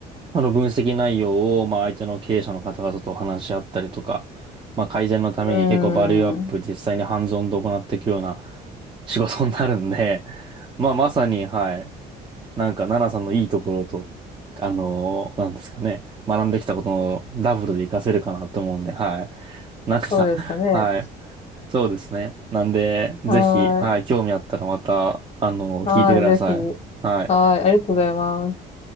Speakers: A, on the right; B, on the left.
A: あの分析内容を、まあ相手の経営者の方々と話し合ったりとか、まあ改善のために結構バリューアップ実際にハンズオンで行っていくような
B: ーん、
A: <laughs> 仕事になるんで、まあまさに、はい、なんか奈々さんのいいところと、あのーなんですかね、学んできたことのダブルで活かせるかなと思うんで、はい。なんか、
B: そうですかね。
A: はい。そうですね。なんで、ぜひ、
B: はーい。
A: はい、興味あったらまた、あの、
B: はーい、
A: 聞いてください。
B: ぜひ。
A: はい。
B: はーい、ありがとうございます。